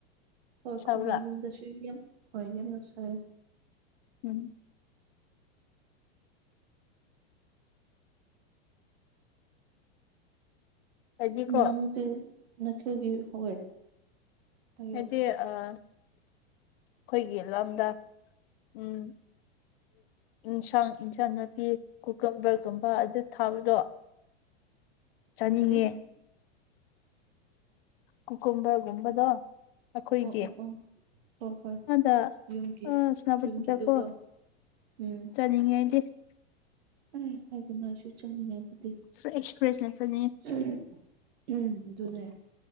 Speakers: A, on the right; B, on the left.
A: ꯑꯩꯈꯣꯏꯒꯤ
B: ꯁꯥꯕ꯭ꯔꯥ
A: ꯌꯨꯝꯗꯁꯨ ꯌꯥꯝ <unintelligible> ꯍꯣꯏ ꯌꯥꯝꯅ ꯁꯥꯏ
B: ꯎꯝ ꯑꯩꯗꯤꯀꯣ
A: ꯅꯗꯤ ꯅꯈꯩꯒꯤ ꯍꯣꯏ <unintelligible> ꯍꯥꯏꯌꯣ
B: ꯍꯥꯏꯗꯤ ꯑꯃꯥ ꯑꯩꯈꯣꯏꯒꯤ ꯂꯝꯗ ꯎꯝ ꯏꯟꯁꯥꯡ ꯏꯟꯁꯥꯡ ꯅꯥꯄꯤ ꯀꯨꯀꯝꯕꯔ ꯒꯨꯝꯕ ꯑꯗꯨ ꯊꯥꯕꯗꯣ ꯆꯥꯅꯤꯡꯉꯦ
A: ꯀꯔꯤ
B: ꯀꯨꯀꯨꯃꯕꯔ ꯒꯨꯝꯕꯗꯣ ꯑꯩꯈꯣꯏꯒꯤ
A: ꯑꯣ ꯑꯣ ꯑꯣ ꯍꯣꯏ ꯍꯣꯏ
B: ꯑꯥꯗ
A: ꯌꯨꯝꯒꯤ
B: ꯑ ꯁꯦꯅꯥꯄꯇꯤꯗꯀꯣ
A: ꯌꯨꯝꯒꯤꯗꯨꯀꯣ ꯎꯝ
B: ꯌꯦꯡꯉꯥꯏꯗꯦ <inaudible> <unintelligible>
A: ꯑꯦ ꯍꯥꯏꯒꯅꯥꯁꯨꯁꯨ ꯆꯅꯤꯡꯉ ꯑꯗꯨꯗꯤ
B: ꯐ꯭ꯔꯦꯁ ꯐ꯭ꯔꯦꯁꯅ ꯆꯥꯅꯤꯡꯉꯦ
A: <unintelligible> ꯎꯝ ꯑꯗꯨꯅꯦ